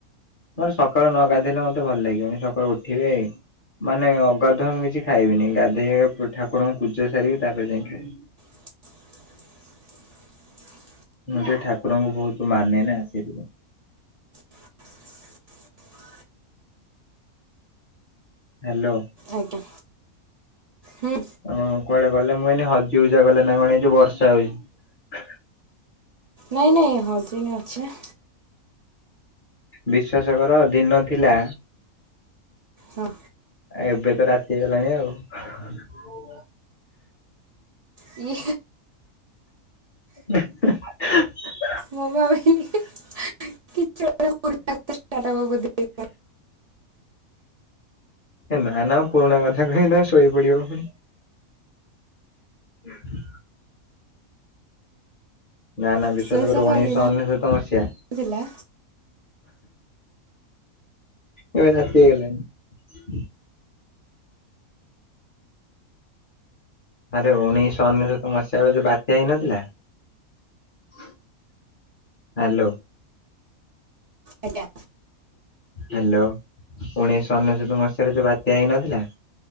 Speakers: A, on the left (about 40°); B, on the right (about 85°).
A: ମୋର ସକାଳୁ ନ ଗାଧେଇଲେ ମତେ ଭଲ ଲାଗିବନି ସକାଳୁ ଉଠିବେ ମାନେ ଅଗାଧୁଆ ମୁଁ କିଛି ଖାଇବିନି ଗାଧେଇ ଠାକୁରଙ୍କୁ ପୂଜା ସାରିକି ତାପରେ ଯାଇ ଖାଇବି।
B: <inaudible>
A: ମୁଁ ଟିକେ ଠାକୁରଙ୍କୁ ବହୁତ ମାନେନା ସେଇଥିପାଇଁ।
B: <inaudible>
A: ହ୍ୟାଲୋ।
B: ଆଜ୍ଞା। ହଁ।
A: ଆପଣ କୁଆଡେ ଗଲେ ମୁଁ ଏଇନେ ହଜି ହୁଜା ଗଲେ ନା କଣ ଏ ଯଉ ବର୍ଷା ହଉଛି।
B: ନାଇଁ ନାଇଁ ହଜିନି ଅଛି ନା।
A: ବିଶ୍ଵାସ କର ଦିନ ଥିଲା
B: ହଁ।
A: ଏବେତ ରାତି ହେଇଗଲାଣି ଆଉ
B: ଇ
A: <inaudible>
B: ମୁଁ ଭାବିଲି କି ଛି <unintelligible> ପଷ୍ଟାର୍ଟପ ହବ ବୋଧେ।
A: ନା ନା ପୁରୁଣା କଥା କହିଲ ଶୋଇପଡିବ ପୁଣି। ହ ନା ନା ବିଶେଷ
B: ବିଶ୍ୱାସ
A: କରି ଉଣେଇଶ
B: ଦିନ
A: ଅନେଶତ ମସିହା
B: ଥିଲା
A: <unintelligible> ଏବେ ରାତି ହେଇଗଲାଣି। ଆରେ ଉଣେଇଶ ଅନେଶ୍ୱତ ମସିହା ବେଳେ ଯୋଉ ବାତ୍ୟା ହେଇନଥିଲା? ହ୍ୟାଲୋ।
B: ଆଜ୍ଞା
A: ହ୍ୟାଲୋ, ଉଣେଇଶ ଅନେଶତ ମସିହାରେ ଯୋଉ ବାତ୍ୟା ହେଇନଥିଲା।